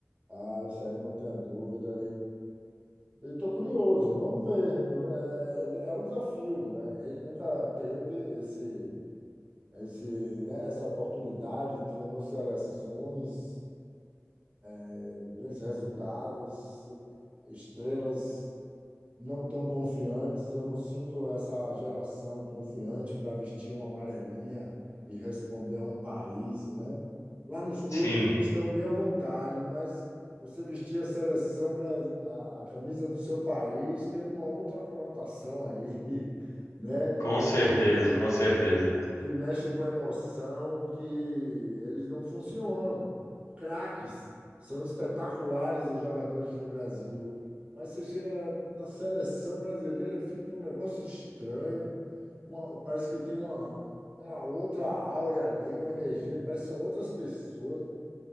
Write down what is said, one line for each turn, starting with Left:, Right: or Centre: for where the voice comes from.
Right: ah, isso aí não tenha dúvida. Eu estou curioso, vamos ver. Eu, É, é um desafio. é, ele nunca teve esse, esse, né, essa oportunidade, treinou seleções, eh, grandes resultados, estrelas não tão confiantes. Eu não sinto essa geração confiante para vestir uma amarelinha e responder a um país, né? Lá nos clubes
Left: Sim,
Right: estão bem à vontade, mas você vestir a seleção, bra- a, a camisa do seu país tem uma outra conotação aí, <laughs> né?
Left: com certeza, com certeza.
Right: que mexe com a emoção, que eles não funcionam. Craques, são espetaculares os jogadores do Brasil. Mas você chega na, na seleção brasileira, fica um negócio estranho. uma- parece que tem uma, uma outra áurea ali, uma energia, parece que são outras pessoas.